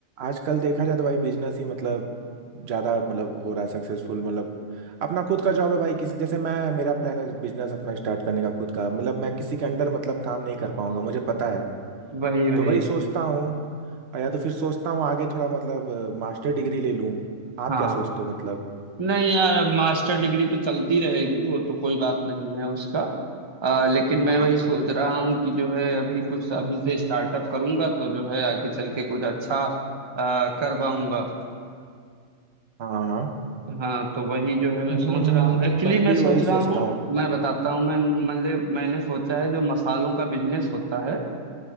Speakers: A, on the right; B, on the right.
A: आजकल देखा जाए तो भाई बिजनेस ही मतलब ज्यादा मतलब हो रहा है सक्सेसफुल मतलब अपना खुद का जॉब है भाई किसी जैसे मैं मेरा प्लान है बिजनेस अपना स्टार्ट करने का खुद का मतलब मैं किसी के अंडर मतलब काम नहीं कर पाऊंगा मुझे पता है
B: वही वही
A: तो वही सोचता हूँ और या तो फिर सोचता हूँ आगे थोड़ा मतलब मास्टर डिग्री ले लूँ आप
B: हाँ
A: क्या सोचते हो मतलब
B: नहीं यार अब मास्टर डिग्री तो चलती रहेगी वो तो कोई बात नहीं है उसका अ, लेकिन मैं
A: हाँ
B: वही सोच
A: हाँ
B: रहा हूँ कि जो है अभी कुछ अभी से स्टार्टअप करूंगा तो जो है आगे चल के कुछ अच्छा अ, कर पाऊंगा
A: हाँ हाँ।
B: हाँ तो वही जो है मैं
A: हम्म
B: सोच रहा हूँ एक्चुअली
A: मैं
B: मैं
A: भी
B: सोच
A: वही
B: रहा
A: सोचता
B: हूँ
A: हूँ
B: मैं बताता हूँ मैं मतलब मैंने सोचा है जो मसालों का बिजनेस होता है